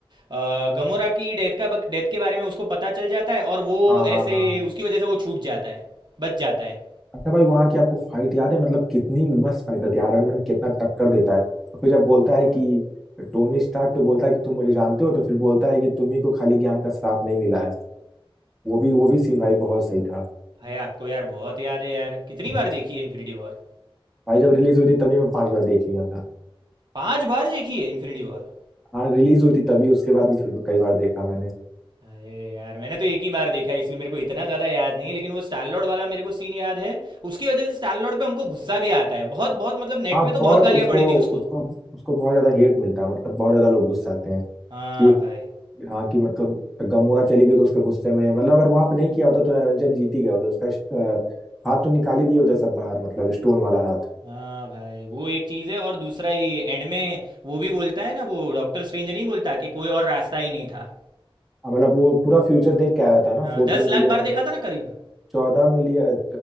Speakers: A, on the right; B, in the centre.
A: अ, गमोरा की डेथ का डेथ के बारे में उसको पता चल जाता है और वो
B: हाँ हाँ
A: ऐसे
B: हाँ
A: उसकी वजह से वो छूट जाता है बच जाता है
B: अच्छा भाई वहां की आपको फाइट याद है मतलब कितनी मस्त फाइट होती है आयरन मैन कितना टक्कर देता है और फिर जब बोलता
A: हाँ
B: है कि
A: भाई
B: टोनी स्टार्क तो बोलता है कि तुम मुझे जानते हो तो फिर बोलता है कि तुम्ही को खाली ज्ञान का श्राप नहीं मिला है वो भी वो
A: हाँ
B: भी सीन भाई बहुत सही था
A: भाई आपको यार बहुत याद है यार कितनी
B: हम्म।
A: बार देखी है इन्फिनिटी वॉर
B: भाई जब रिलीज हुई थी तभी मैं पांच बार देख लिया था
A: पांच बार देखी है इन्फिनिटी वॉर
B: हाँ रिलीज हुई थी तभी उसके बाद भी फिर कई बार देखा मैंने
A: अरे यार मैंने तो एक ही बार देखा है इसलिए मेरे को इतना ज़्यादा याद नहीं है लेकिन वो स्टार लॉर्ड वाला मेरे को सीन याद है उसकी वजह से स्टार लॉर्ड पे हमको गुस्सा भी आता है बहुत बहुत मतलब नेट
B: हाँ
A: पे तो
B: बहुत
A: बहुत गालियाँ
B: उसको
A: पड़ी थी उसको
B: उसको उसको बहुत ज्यादा हेट मिलता है मतलब बहुत ज्यादा लोग गुस्साते हैं
A: हाँ
B: कि ये
A: भाई
B: हाँ कि मतलब गमोरा चली गई तो उसके गुस्से में मतलब अगर वहां पे नहीं किया होता तो एवेंजर जीत ही गया होता उसका श- अ, हाथ तो निकाल ही दिए होते सब बाहर मतलब स्टोन वाला हाथ
A: हाँ भाई वो एक चीज़ है और दूसरा ये एंड में वो भी बोलता है ना वो डॉक्टर स्ट्रेंज नहीं बोलता कि कोई और रास्ता ही नहीं था
B: हाँ, मतलब वो पूरा फ्यूचर देख के आ रहा था ना
A: हाँ
B: फोर्टीन
A: दस लाख
B: मिलियन
A: बार देखा था ना करीब
B: चौदह मिलियन